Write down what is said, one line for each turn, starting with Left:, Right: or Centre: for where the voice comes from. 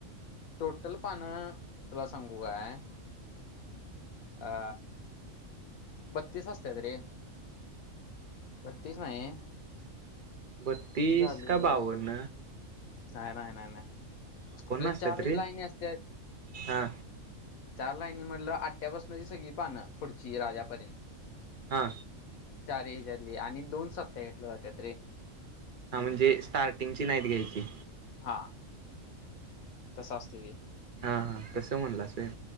Left: टोटल पानं तुला सांगू काय अ बत्तीस असत्यात रे बत्तीस नाही.
Right: बत्तीस
Left: किती झाले
Right: का बाव्वन
Left: नाही नाही नाही नाही आपले चारही
Right: असतात रे
Left: लाईनी असत्यात
Right: हा
Left: चार लाईनी म्हटलं आटट्यापासनची सगळी पानं पुढची राजापर्यंत
Right: हा
Left: चारी हेजातली आणि दोन सत्या घेतलं जात्यात रे
Right: हा म्हणजे स्टार्टिंगची नाहीत घ्यायची
Left: हा तस असतय ते.
Right: हा हा तस म्हणलाचय